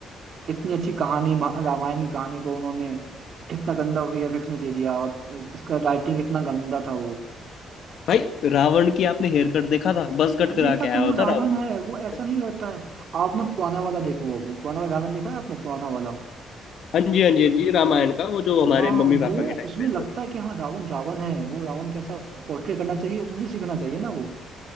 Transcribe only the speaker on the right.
इतनी अच्छी कहानी मा- रामायण की कहानी को उन्होंने इतना गंदा वीएफएक्स में दे दिया और इस- इसका राइटिंग इतना गंदा था वो
देखा
था
वो
रावण
है वो ऐसा
नहीं रहता है आपने पुराना वाला देखो वो पुराना वाला रामायण देखा है आपने पुराना वाला
हाँ
वो
उसमें
लगता
है कि हाँ रावण रावण है वो रावण कैसा पोर्ट्रे करना चाहिए उनसे सीखना चाहिए ना वो